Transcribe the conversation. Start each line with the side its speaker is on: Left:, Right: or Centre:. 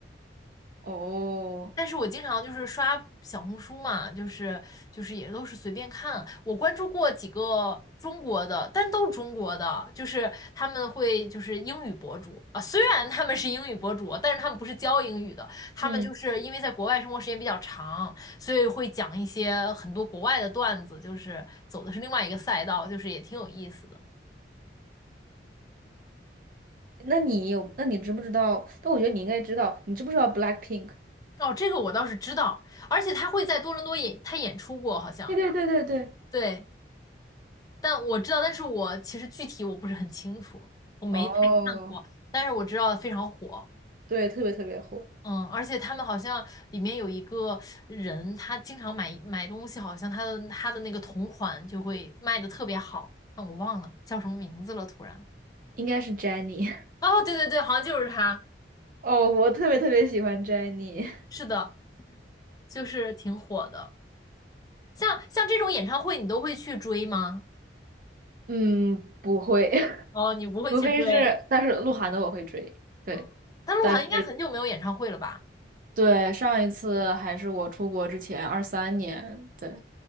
Right: 哦，
Left: 但是我经常就是刷小红书嘛，就是就是也都是随便看。我关注过几个中国的，但都是中国的，就是他们会就是英语博主啊，虽然他们是英语博主，但是他们不是教英语的，他们就是因为在国外生活时间比较长，
Right: 嗯，
Left: 所以会讲一些很多国外的段子，就是走的是另外一个赛道，就是也挺有意思的。
Right: 那你有，那你知不知道？但我觉得你应该知道，你知不知道 BLACKPINK？
Left: 哦，这个我倒是知道，而且他会在多伦多演，他演出过好像，
Right: 对对对对对，
Left: 对。但我知道，但是我其实具体我不是很清楚，我没太看过，
Right: 哦，
Left: 但是我知道非常火，
Right: 对，特别特别火，
Left: 嗯，而且他们好像里面有一个人，他经常买买东西，好像他的他的那个同款就会卖的特别好，但我忘了叫什么名字了，突然。
Right: 应该是 Jennie。
Left: 哦，对对对，好像就是他，
Right: <laughs> 哦，我特别特别喜欢 Jennie。
Left: 是的，就是挺火的。像像这种演唱会，你都会去追吗？
Right: 嗯，不会，<laughs>
Left: 哦，你不会去追，
Right: 除非是，但是鹿晗的我会追，对，
Left: 嗯，但鹿晗应该很久没有演唱会了吧？
Right: 但是。对，上一次还是我出国之前，二三年，对，